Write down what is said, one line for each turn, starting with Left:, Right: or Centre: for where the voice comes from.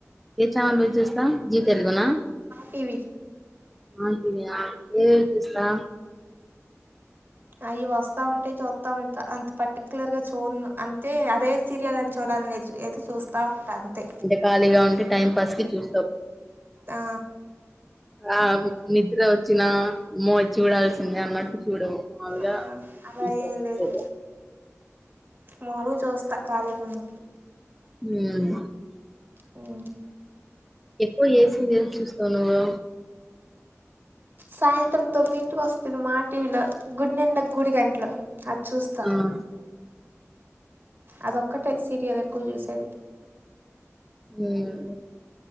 Centre: ఏ ఛానల్ చూస్తా జీ తెలుగునా
Right: టీవీ
Centre: మా టీవీయా నేను చూస్తా.
Right: అయి వస్తావుంటే చూత్త ఉంటా అంత పర్టిక్యుర్గా చూడను అంతే అదే సీరియల్ అన్ ఒక్కదాన్నే ఏదో చూస్తా ఉంట అంతే
Centre: అంటే ఖాళీగా ఉంటే టైం పాస్ కి చూస్తావ్
Right: ఆ
Centre: ఆ నిద్ర వచ్చినా అమ్మో చూడాల్సిందే అన్నట్టు చూడవు. మాములుగా
Right: ఆ అలా
Centre: చూస్తావ్
Right: ఏం
Centre: కాసేపు
Right: లేద్ మామూల్గా చూస్తా కాలిగా ఉన్నప్పుడు
Centre: మ్
Right: మ్
Centre: ఎక్కువ ఏ సీరియల్ చూస్తావు నువ్వూ
Right: సాయంత్రం తొమ్మిదింటికి వస్తది మా టీవీలో గుండెనిండా గుడి గంటలు అద్ చూస్తా
Centre: ఆ
Right: అదొ ఒక్కటే సీరియల్ ఎక్కువ చూసేది.
Centre: మ్